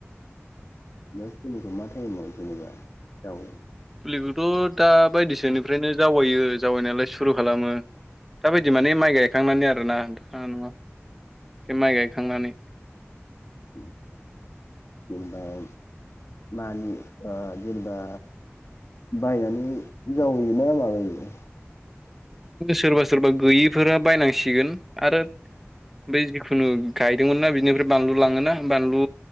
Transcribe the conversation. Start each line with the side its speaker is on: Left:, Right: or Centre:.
Left: बे फुलिखौ मा टाइमाव जेनेबा जावो।
Centre: फुलिखौथ' दा बायदिसोनिफ्रायनो जावायो जावैनायालाय सुरु खालामो दााबायदि माने माइ गायखांनानै आरोना नोंथाङा नङा बे माइ गायखांनानै
Left: उम जेन'बा <inaudible> मानि ओ जेनेबा बायनानै जावैयोना माबायो
Centre: सोरबा सोरबा गैयिफोरा बायनांसिगोन आरो बै जिखुनु गायदोंमोन ना बिनिफ्राय बानलु लाङोना बानलु